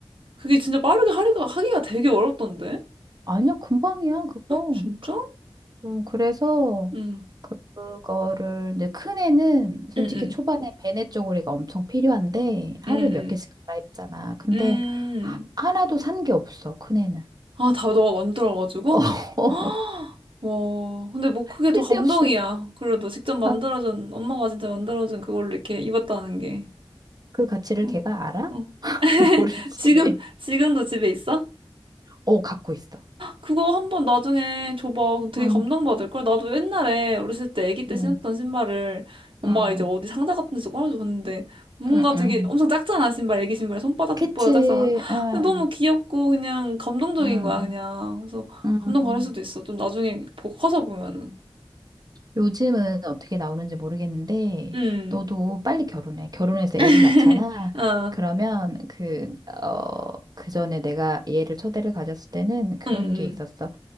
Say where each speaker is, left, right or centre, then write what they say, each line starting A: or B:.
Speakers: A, on the right; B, on the right.
A: 그게 진짜 빠르게 하기가, 하기가 되게 어렵던데?
B: 아니야, 금방이야, 그거.
A: 진짜?
B: 음, 그래서
A: 응.
B: 그거를 이제 큰 애는 솔직히
A: 응응
B: 초반에 배내 쪼그리가 엄청 필요한데 하루에
A: 응
B: 몇
A: 응
B: 개씩 갈아입잖아. 근데
A: 음.
B: 하, 하나도 산 게 없어, 큰 애는.
A: 아, 다 너가 만들어가지고?
B: <laughs> 어,
A: <gasps> 아, 와, 근데 뭐 그게
B: 쓸데없이.
A: 더 감동이야. 그래도 직접 만들어준,
B: 아,
A: 엄마가 진짜 만들어준 그걸로 이렇게 입었다는 게.
B: 그 가치를
A: 어,
B: 걔가 알아?
A: 어.
B: <laughs>
A: <laughs>
B: 모르지.
A: 지금, 지금도 집에 있어?
B: 어, 갖고 있어.
A: 그거 한번 나중에 줘봐. 그럼 되게
B: 응,
A: 감동받을걸? 나도 옛날에 어렸을 때 아기 때
B: 응,
A: 신었던 신발을 엄마가
B: 응,
A: 이제 어디 상자 같은 데서 꺼내줬는데 뭔가
B: 응, 응.
A: 되게 엄청 작잖아, 신발. 아기 신발. 손바닥보다
B: 그치.
A: 작잖아.
B: 응,
A: 근데 너무 귀엽고 그냥 감동적인
B: 응,
A: 거야, 그냥. 그래서
B: 응.
A: 감동받을 수도 있어. 좀 나중에 보- 커서 보면은.
B: 요즘은 어떻게 나오는지 모르겠는데,
A: 음.
B: 너도 빨리 결혼해. 결혼해서
A: <laughs>
B: 애를 낳잖아.
A: 어,
B: 그러면 그, 어, 그 전에 내가 얘를 초대를 가졌을 때는 그런
A: 응 응.
B: 게 있었어.